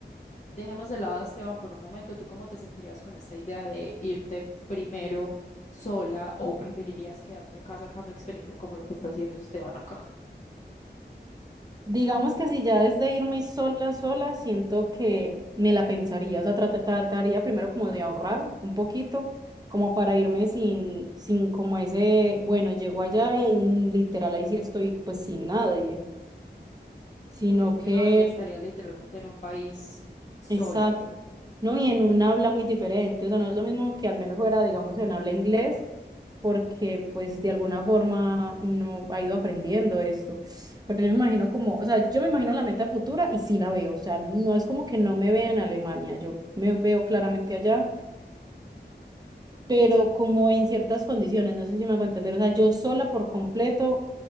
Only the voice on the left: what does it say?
dejemos de lado a Esteban por un momento. ¿Tú cómo te sentirías con esta idea de irte primero sola o preferirías quedarte acá sacando experiencia como lo que está haciendo Esteban acá?
Sí, es que
no, es, estaría literalmente en un país sola.